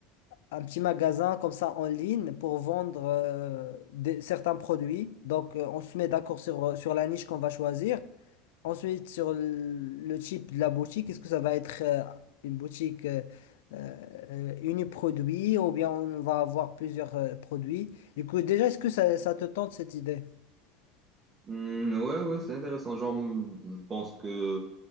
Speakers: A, on the left; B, on the right.
A: un petit magasin comme ça en ligne pour vendre euh, des- certains produits. Donc, euh, on se met d'accord sur, euh, sur la niche qu'on va choisir. Ensuite, sur le le type de la boutique, est-ce que ça va être euh, une boutique euh, euh, uniproduit ou bien on va avoir plusieurs euh, produits? Du coup, déjà, est-ce que ça, ça te tente cette idée?
B: Hmm, ouais, ouais, c'est intéressant. Genre, hmm, je pense que